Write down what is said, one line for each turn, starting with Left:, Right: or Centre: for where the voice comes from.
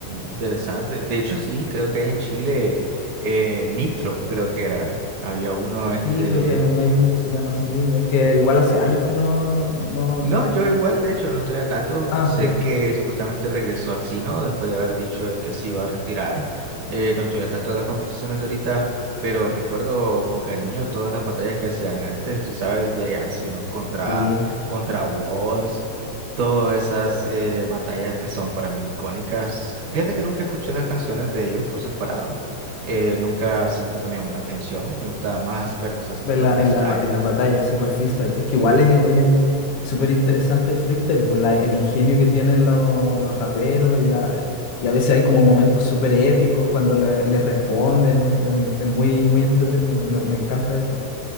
Right: interesante. De hecho, sí, creo que hay en Chile eh, Nitro, creo que era. Había uno, este,
Left: Sí, creo que hay uno que se llama así. Es que igual hace años que no, no, no.
Right: No, yo igual, de hecho, no estoy al tanto.
Left: Ah,
Right: Sé
Left: ya.
Right: que supuestamente regresó Axino después de haber dicho él que se iba a retirar. Eh, no estoy al tanto de las competiciones de ahorita, pero recuerdo con cariño todas las batallas que hacían antes, tú sabes, de Axino contra,
Left: Sí.
Right: contra Woz, todas esas eh, batallas que son para mí icónicas. Fíjate que nunca escuché las canciones de ellos por separado. eh, nunca siento que me llamó la atención. Me gustaba más verlos hacer
Left: En la-
Right: freestyle
Left: en las ba- en las batallas, sí, por el freestyle. Es que igual es es súper interesante el freestyle, por la- el ingenio que tienen lo- los raperos y la y a veces hay como momentos súper épicos cuando le, le responden. Es, es- es muy, muy entretenido. Me, me encanta eso.